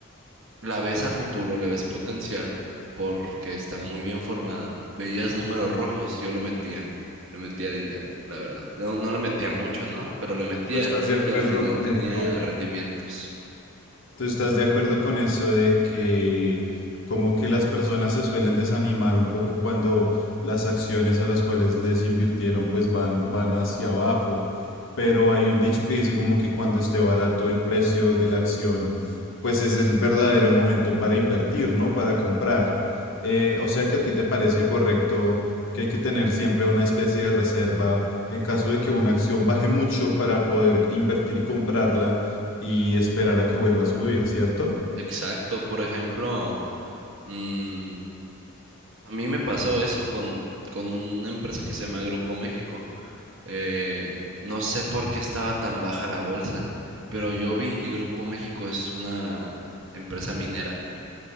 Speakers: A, on the right; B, on the left.
A: la ves a futuro, le ves potencial, porque está muy bien formada, veías números rojos, yo le metía, le metía dinero, la verdad. No, no le metía mucho, ¿no? Pero le metía
B: ¿Tú estás de acuerdo
A: y al final
B: con
A: tenía
B: eso?
A: rendimientos.
B: ¿Tú estás de acuerdo con eso de que como que las personas se suelen desanimar un poco cuando las acciones a las cuales les invirtieron pues van, van hacia abajo? Pero hay un dicho que dice como que cuando esté barato el precio de la acción, pues es el verdadero momento para invertir, ¿no? Para comprar. Eh, o sea que a ti te parece correcto que hay que tener siempre una especie de reserva en caso de que una acción baje mucho para poder invertir y comprarla y esperar a que vuelva a subir, ¿cierto?
A: Exacto, por ejemplo, mm, A mí me pasó eso con, con una empresa que se llama Grupo México. Eh, no sé por qué estaba tan baja la bolsa, pero yo vi y Grupo México es una empresa minera.